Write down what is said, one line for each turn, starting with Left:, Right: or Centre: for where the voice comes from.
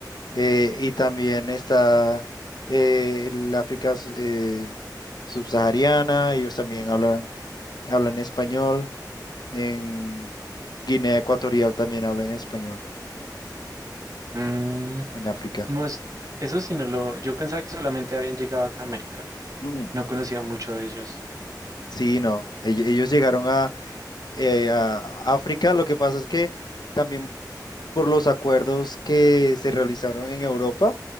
Left: Eh, y también está eh, el África eh, subsahariana, ellos también hablan, hablan español. En Guinea Ecuatorial también hablan español,
Right: Mm,
Left: en África.
Right: no es- Eso sí no lo... Yo pensaba que solamente habían llegado acá a América.
Left: Mm, mm.
Right: No conocía mucho de ellos.
Left: Sí, no, ell- ellos llegaron eh, a África. Lo que pasa es que también por los acuerdos que se realizaron en Europa,